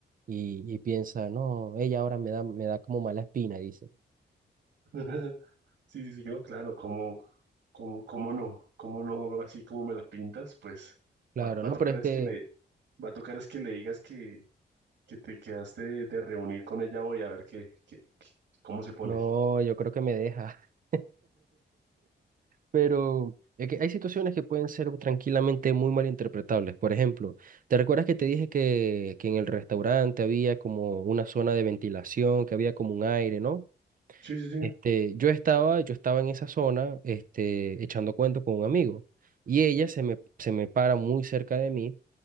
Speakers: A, on the right; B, on the right.
A: y, y piensa, no, ella ahora me da, me da como mala espina, dice.
B: <laughs> Sí, sí, sí, no, claro, cómo cómo- cómo no, cómo no, así como me la pintas, pues
A: Claro,
B: va, va
A: no,
B: a tocar
A: pero es
B: es
A: que,
B: que le, va a tocar es que le digas que que te quedaste de, de reunir con ella hoy a ver qué, qué, qué- cómo se pone.
A: no, yo creo que me deja. <laughs> Pero es que hay situaciones que pueden ser tranquilamente muy malinterpretables. Por ejemplo, ¿te recuerdas que te dije que, que en el restaurante había como una zona de ventilación, que había como un aire, ¿no?
B: Sí, sí, sí,
A: Este, yo estaba, yo estaba en esa zona, este, echando cuento con un amigo. Y ella se me, se me para muy cerca de mí